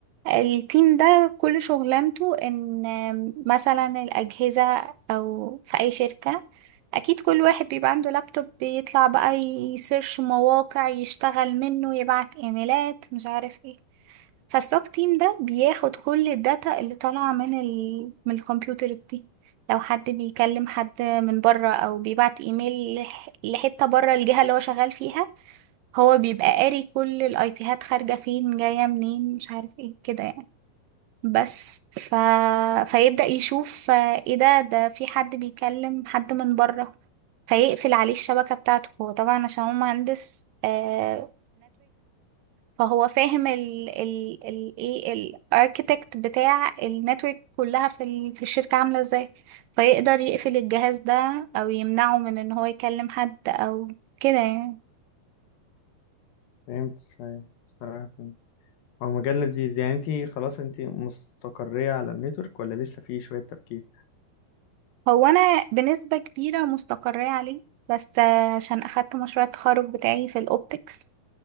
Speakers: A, on the right (about 75°); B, on the left (about 75°).
A: التيم ده كل شغلانته ان آم، مثلا الاجهزه او في اي شركه اكيد كل واحد بيبقى عنده لابتوب بيطلع بقى يسيرش مواقع يشتغل منه يبعت ايميلات مش عارف ايه فالسوك تيم ده بياخد كل الداتا اللي طالعة من ال... من الكمبيوترز دي لو حد بيكلم حد من بره او بيبعت ايميل لح... لحتة بره الجهة اللي هو شغال فيها هو بيبقى قاري كل الاي بيهات خارجة فين جاية منين مش عارف ايه كده يعني بس ف... فيبدأ يشوف آه، ايه ده ده في حد بيكلم حد من بره فيقفل عليه الشبكة بتاعته هو طبعا عشان هو مهندس آه... فهو فاهم ال ال ال ايه الاركيتكت بتاع النتورك كلها في ال- في الشركة عاملة ازاي فيقدر يقفل الجهاز ده او يمنعه من ان هو يكلم حد او كده يعني
B: فهمت شوية الصراحة فهمت. هو مجال لذيذ يعني انتي خلاص انتي مستقرية على النتورك ولا لسه فيه شوية تفكير
A: هو انا بنسبة كبيرة مستقرة عليه بس عشان اخدت مشروع التخرج بتاعي في الاوبتكس